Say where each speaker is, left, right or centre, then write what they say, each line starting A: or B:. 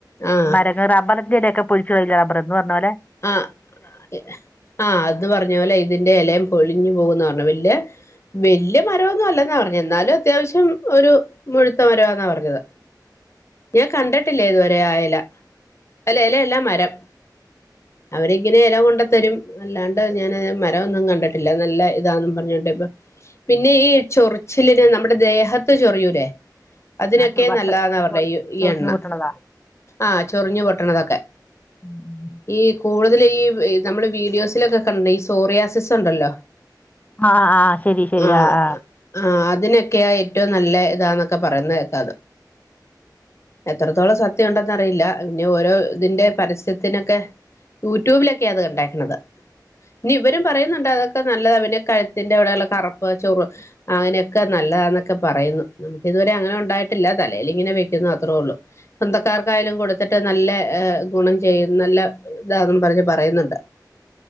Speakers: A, on the left; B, on the left.
A: ആഹ്
B: മരങ്ങ റബറിന്റെയെലെക്കെ <unintelligible> പറഞ്ഞപോലെ
A: ആഹ് ആ അത് പറഞ്ഞ പോലെ ഇതിന്റെ എലയും പൊളിഞ്ഞു പോകുന്ന് പറഞ്ഞ വല്ല് വെല്യ മരമൊന്നുമല്ലെന്നാ പറഞ്ഞെ എന്നാലും അത്യാവശ്യം ഒരു മുഴുത്ത മരവാന്നാ പറഞ്ഞത്. ഞാൻ കണ്ടട്ടില്ല ഇതുവരെ ആയെല, അല്ല എല എല്ലാ മരം അവരിങ്ങനെ എല കൊണ്ടതരും അല്ലാണ്ട് ഞാന് മരമൊന്നും കണ്ടട്ടില്ല നല്ല ഇതാന്നും പറഞ്ഞിണ്ട് ഇപ്പൊ പിന്നേ ഈ ചൊറിച്ചിലിന്, നമ്മുടെ ദേഹത്ത് ചൊറിയൂലേ? അതിനൊക്കെ
B: ആ ചൊ- വട്ട്
A: നല്ലതാന്നാ പറഞ്ഞെ
B: ചൊറി
A: ഈ ഈ
B: ചൊറിഞ്ഞു
A: എണ്ണ.
B: പൊട്ടണതാ
A: ആഹ്ചൊറിഞ്ഞു പൊട്ടണതൊക്കെ.
B: ഉം ഉം
A: ഈ കൂടുതൽ ഈ വ് നമ്മള് വീഡിയോസിലൊക്കെ കണ്ട ഈ സോറിയാസിസ് ഉണ്ടല്ലോ
B: ആഹ് ആഹ് ശരി ശരി
A: ആഹ്
B: ആ ആ
A: ആഹ് അതിനൊക്കെയാ ഏറ്റവും നല്ല ഇതാന്നൊക്കെ പറയുന്ന കേക്കാത് എത്രത്തോളം സത്യം ഉണ്ടെന്നറിയില്ല, പിന്നെ ഓരോ ഇതിന്റെ പരസ്യത്തിനെക്കെ ഊറ്റ്യൂബിലൊക്കെയാ അത് കണ്ടേക്കണത് ഇനി ഇവരും പറയുന്നുണ്ട് അതൊ നല്ലതാ പിന്നെ കഴുത്തിന്റെ അവിടെള്ള കറപ്പ് ചൊറ് അങ്ങനെയൊക്കെ നല്ലതാന്നൊക്കെ പറയുന്നു എനിക്കിതുവരെ അങ്ങനെ ഒണ്ടായിട്ടില്ല, തലേൽ ഇങ്ങനെ വെക്കുന്നു അത്രേ ഉള്ളൂ സ്വന്തക്കാർക്കായാലും കൊടു ട്ട് നല്ല ഏഹ് ഗുണം ചെയ്യും നല്ല ഇതാന്നും പറഞ്ഞ് പറയുന്നുണ്ട്